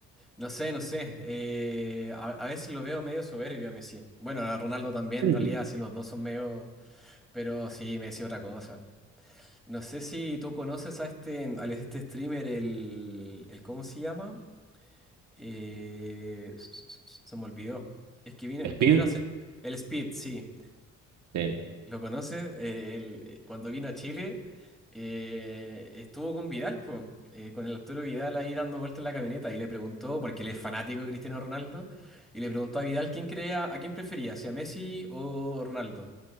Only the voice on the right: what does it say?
Nervio.
Speed,
sí.